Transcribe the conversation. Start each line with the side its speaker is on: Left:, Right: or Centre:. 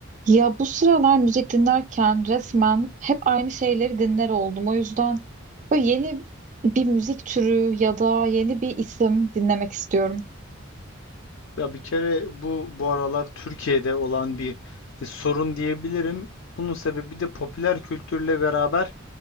Right: Ya bu sıralar müzik dinlerken resmen hep aynı şeyleri dinler oldum. O yüzden böyle yeni bir müzik türü ya da yeni bir isim dinlemek istiyorum.
Left: Ya bir kere bu bu aralar Türkiye'de olan bir e, sorun diyebilirim. Bunun sebebi de popüler kültürle beraber